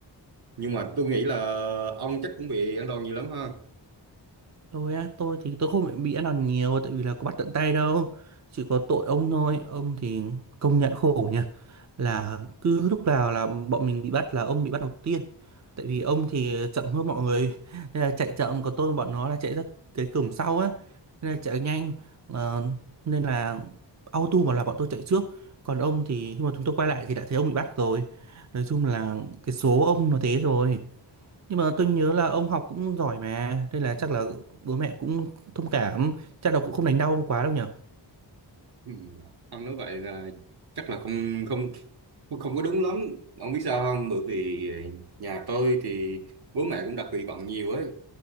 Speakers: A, on the right; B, on the right.
A: nhưng mà tôi nghĩ là ông chắc cũng bị ăn đòn nhiều lắm ha.
B: Tôi á, tôi thì tôi không bị ăn đòn nhiều tại vì là có bắt tận tay đâu. Chỉ có tội ông thôi, ông thì công nhận khổ nhỉ. Là cứ lúc nào là bọn mình bị bắt là ông bị bắt đầu tiên. Tại vì ông thì chậm hơn mọi người. <laughs> Nên là chạy chậm, còn tôi và bọn nó là chạy ra cái cổng sau á. Nên là chạy nhanh. Ờ, nên là auto mà là bọn tôi chạy trước. Còn ông thì khi mà chúng tôi quay lại thì đã thấy ông bị bắt rồi. Nói chung là cái số ông nó thế rồi. Nhưng mà tôi nhớ là ông học cũng giỏi mà, nên là chắc là bố mẹ cũng thông cảm, chắc là cũng không đánh đau quá đâu nhở.
A: Ừ. Ông nói vậy là chắc là không không không không có đúng lắm. Ông biết sao không? Bởi vì nhà tôi thì bố mẹ cũng đặt kỳ vọng nhiều ấy,